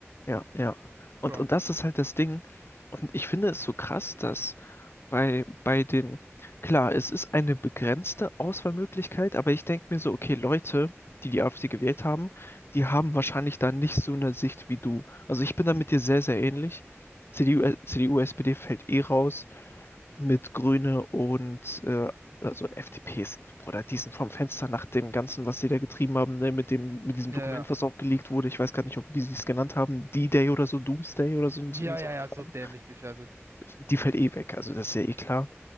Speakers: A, on the left; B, on the right.
A: Ja, ja. Und,
B: Ja,
A: und das ist halt das Ding. Und ich finde es so krass, dass bei, bei den, klar, es ist eine begrenzte Auswahlmöglichkeit, aber ich denke mir so, okay, Leute, die die AfD gewählt haben, die haben wahrscheinlich da nicht so eine Sicht wie du. Also ich bin da mit dir sehr, sehr ähnlich. CDU, äh, CDU, SPD fällt eh raus. mit Grüne und äh, also FDP ist, Bruder, die sind vom Fenster nach dem Ganzen, was sie da getrieben haben, ne, mit dem, mit diesem
B: ja,
A: Dokument,
B: ja,
A: was auch geleakt wurde. Ich weiß gar nicht, ob, wie sie es genannt haben, D-Day oder so, Doomsday oder so, ein- so,
B: ja,
A: ein- so
B: ja,
A: ein
B: ja,
A: Kram.
B: so dämlich, die Scheiße.
A: Die fällt eh weg, also das ist ja eh klar.